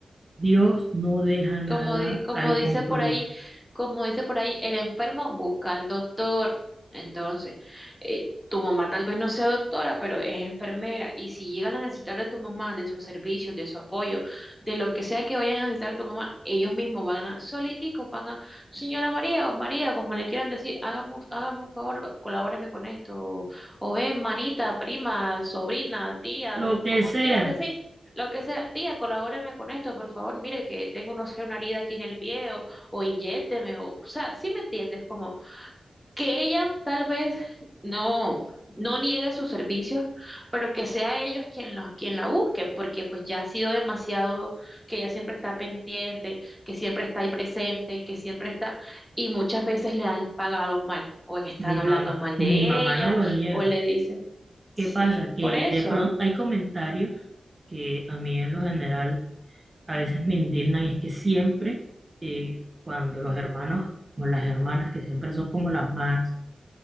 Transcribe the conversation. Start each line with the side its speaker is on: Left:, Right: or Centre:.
Right: Dios no deja nada
Centre: Como, di- como
Right: al
Centre: dice
Right: concluso.
Centre: por ahí, como dice por ahí, el enfermo busca al doctor. Entonces, eh, tu mamá tal vez no sea doctora, pero es enfermera. Y si llegan a necesitar de tu mamá, de sus servicios, de su apoyo, de lo que sea que vayan a necesitar de tu mamá, ellos mismos van a, soliticos, van a, señora María o María, como le quieran decir, hágame, un- hágame un favor, va- colabóreme con esto. O, o ven, manita, prima, sobrina, tía,
Right: Lo
Centre: lo que,
Right: que
Centre: como
Right: sea,
Centre: le quieran decir lo que sea, tía, colabóreme con esto, por favor, mire que tengo, no sé, una herida aquí en el pie o, o inyécteme, o, o sea, sí me entiendes, como que ella tal vez no, no niegue sus servicios, pero que sea ellos quien, los, quien la busquen, porque pues ya ha sido demasiado, que ella siempre está pendiente, que siempre está ahí presente, que siempre está, y muchas veces le han pagado mal, o están
Right: Mi
Centre: hablando
Right: mamá,
Centre: mal de
Right: mi mamá
Centre: ella,
Right: no lo niega.
Centre: o le dicen, sí,
Right: ¿Qué pasa? Que
Centre: por eso,
Right: de pronto hay comentarios que a mí en lo general a veces me indignan y es que siempre eh, cuando los hermanos o las hermanas que siempre son como las más